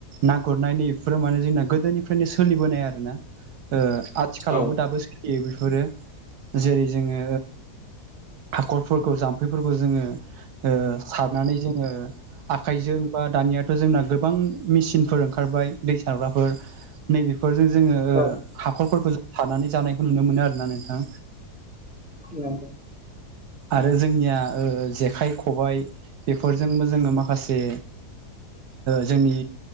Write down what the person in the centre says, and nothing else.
औ
औ
नंगौ